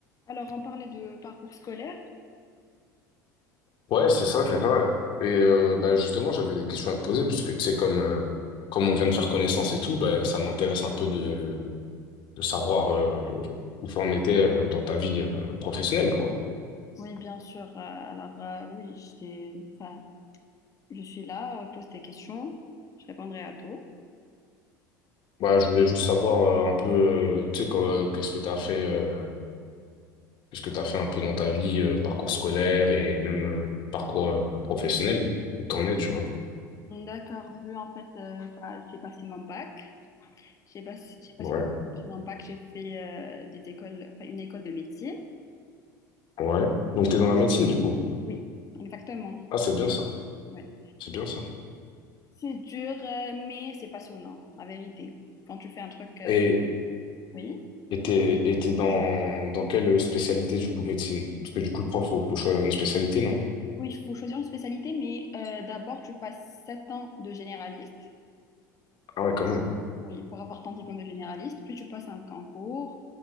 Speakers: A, on the left (about 30°); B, on the left (about 50°).
A: Alors, on parlait de parcours scolaire.
B: Ouais, c'est ça, c'est ça. Et euh, bah, justement, j'avais des questions à te poser, puisque tu sais, comme, euh, comme on vient de faire connaissance et tout, bah, ça m'intéresse un peu de, de savoir euh, où ça en était euh, dans ta vie euh, professionnelle, quoi.
A: Oui, bien sûr. euh, alors, euh, oui, j'étais- enfin, je suis là, euh, pose tes questions, je répondrai à tout.
B: Bah, je voulais juste savoir euh, un peu, euh, tu sais, quoi- qu'est-ce que tu as fait, euh, qu'est-ce que tu fait un peu dans ta vie, euh, parcours scolaire et même euh, parcours euh, professionnel, où t'en es, tu vois.
A: D'accord, vu en fait, euh, enfin, j'ai passé mon bac. J'ai passé, j'ai passé
B: Ouais,
A: mon bac, j'ai fait euh, des écoles, enfin, une école de médecine.
B: ouais.
A: J'ai-
B: Donc, t'es dans la médecine, du coup.
A: Oui, exactement.
B: Ah, c'est bien ça,
A: Ouais.
B: c'est bien ça.
A: C'est dur, euh, mais c'est passionnant, la vérité. Quand tu fais un truc, euh,
B: Et,
A: oui.
B: Et t'es, et t'es dans, dans quelle spécialité du coup médecine? Parce que du coup, je crois qu'il faut, faut choisir une spécialité, non?
A: Oui, il faut choisir une spécialité, mais euh, d'abord, tu passes 7 ans de généraliste.
B: Ah ouais, quand même.
A: Oui, pour avoir ton diplôme de généraliste, puis tu passes un concours